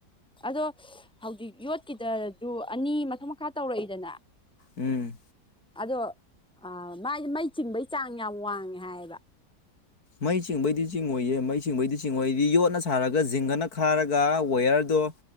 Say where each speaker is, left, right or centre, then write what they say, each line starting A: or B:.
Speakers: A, in the centre; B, on the left.
A: ꯑꯗꯣ ꯍꯧꯖꯤꯛ ꯌꯣꯠꯀꯤꯗꯖꯨ ꯑꯅꯤ ꯃꯊꯛ ꯃꯈꯥ ꯇꯧꯔꯛꯏꯗꯅ
B: ꯎꯝ
A: ꯑꯗꯣ ꯑ ꯃꯥꯗꯤ ꯃꯩ ꯆꯤꯡꯕꯒꯤ ꯆꯥꯡ ꯌꯥꯝ ꯋꯥꯡꯉꯦ ꯍꯥꯏꯕ
B: ꯃꯩ ꯆꯤꯡꯕꯩꯗꯤ ꯆꯤꯡꯉꯣꯏꯌꯦ ꯃꯩ ꯆꯤꯡꯕꯩꯗꯤ ꯆꯤꯡꯉꯣꯏꯗꯤ ꯌꯣꯠꯅ ꯁꯥꯔꯒ ꯖꯤꯡꯒꯅ ꯈꯥꯔꯒ ꯋꯌꯔꯗꯣ